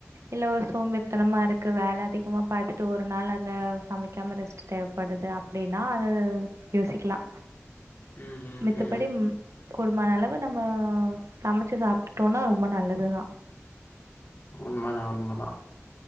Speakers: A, on the right; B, on the left.
A: இல்ல ஒரு சோம்பேரித்தனமா இருக்கு வேல அதிகமா பாத்துட்டு ஒரு நாள் அத சமைக்காம ரெஸ்ட்டு தேவ ப்படுது அப்படின்னா அத யோசிக்லா
B: <inaudible>
A: மித்தப்
B: ம்.
A: படி குடும்மான அளவு நம்ம சமைச்சி சாப்ட்டுட்டோனா ரொம்ப நல்லது தா
B: உண்மதா உண்மதா